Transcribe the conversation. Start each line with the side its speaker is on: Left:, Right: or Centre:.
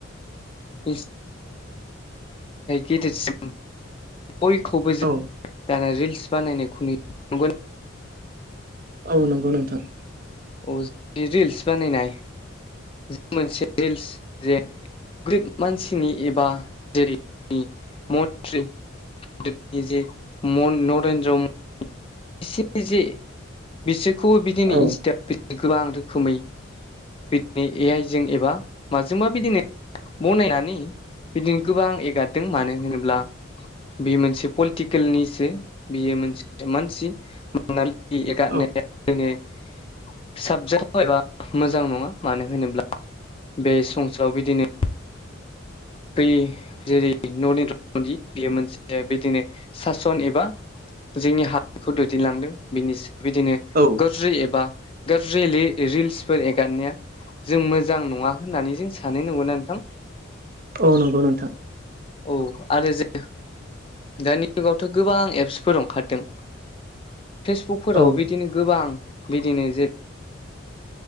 Left: <unintelligible> गेदेरसिम बयखौबो जों
Right: औ
Left: दाना रिल्स बानायनाय नुयो। नंगौ
Right: औ नंगौ नोंथां।
Left: औ जि रिल्स बानायनाय जे मोनसे रिल्स जे <unintelligible> गोरिब मानसिनि एबा जेरै मन्त्रि <unintelligible> <unintelligible> जे नरेन्द्र म बिसोरनि जे बिसोरखौबो बिदिनो
Right: औ
Left: इन्सटा फेसबुक गोबां रोखोमै बिदिनो ए आइजों एबा माजों मा बिदिनो बनायनानै बिदिनो गोबां एगारदों मानो होनोब्ला बियो मोनसे पलिटिकेलनिसो बियो मोनमोन <unintelligible> सि मोनोना बिदि एगारनाया
Right: औ
Left: जोङो <unintelligible> साबजाथाव एबा मोजां नङा मानो होनोब्ला बे सं <unintelligible> साराव बिदिनो बै जेरै नरेन्द्र मदि बियो मोनसे बिदिनो सासन एबा जोंनि हारिखौ दैदेनलांदों बिनि बिदिनो
Right: औ
Left: गाज्रि एबा गाज्रि लि रिल्सफोर एगारनाया जों मोजां नङा होननानै जों सानो नंगौना नोंथां?
Right: औ नंगौ नोंथां।
Left: औ आरो जे दानि जुगावथ' गोबां एप्सफोर अखारदों। फेसबुकफोराव
Right: औ
Left: बिदिनो गोबां बिदिनो जे